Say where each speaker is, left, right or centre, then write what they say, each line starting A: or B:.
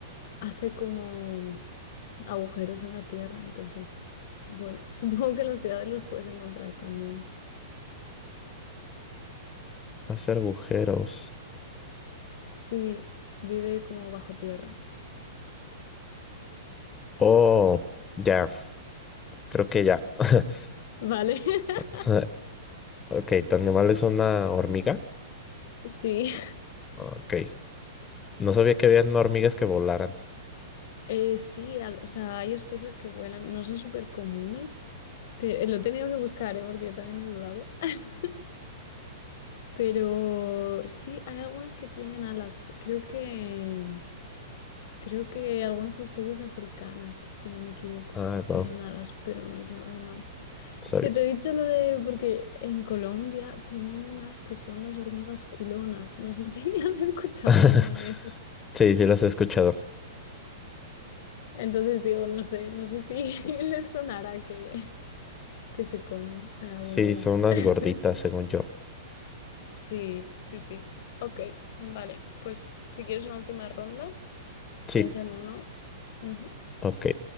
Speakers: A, on the left; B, on the left.
A: hace como agujeros en la tierra, entonces, bueno, <laughs> supongo que en las ciudades los puedes encontrar también.
B: Hace agujeros.
A: Sí, vive como bajo tierra,
B: Oh, ya, creo que ya. <laughs>
A: ¿vale? <laughs>
B: <laughs> Ok, tu animal es una hormiga.
A: Sí.
B: Ah, Ok. No sabía que habían hormigas que volaran.
A: Eh, sí, al- o sea, hay especies que vuelan, no son súper comunes, pero lo he tenido que buscar, ¿eh? porque yo también he dudado. <laughs> Pero sí, hay algunas que tienen alas. Creo que, creo que algunas especies africanas, si no me equivoco,
B: Ah, no,
A: tienen alas, pero no es lo normal.
B: sabía.
A: Es que te he dicho lo de, porque en Colombia tienen unas que son las hormigas culonas. No sé <laughs> si has escuchado
B: <laughs>
A: alguna vez.
B: Sí, sí las he escuchado.
A: Entonces digo, no sé, no sé si <laughs> les sonará que que se comen en algún
B: Sí,
A: lugar.
B: son unas
A: <laughs>
B: gorditas, según yo.
A: Sí, sí, sí. Ok, vale. Pues si quieres una última ronda,
B: Sí,
A: piensa en uno. Ujú,
B: ok.